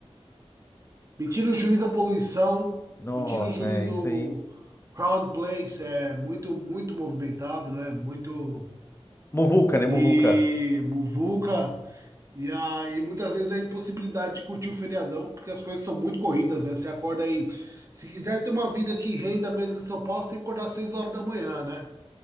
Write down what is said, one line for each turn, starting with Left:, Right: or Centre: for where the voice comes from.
Right: Me tira o juízo a poluição,
Left: Nossa,
Right: me tira o juízo
Left: é isso aí.
Right: Crown Place, é muito, muito movimentado, né? Muito
Left: Muvuca, né,
Right: e
Left: muvuca.
Right: muvuca. E aí muitas vezes a impossibilidade de curtir o feriadão, porque as coisas são muito corridas, né? Você acorda aí se quiser ter uma vida que renda mesmo em São Paulo, você tem que acordar às 6 horas da manhã, né?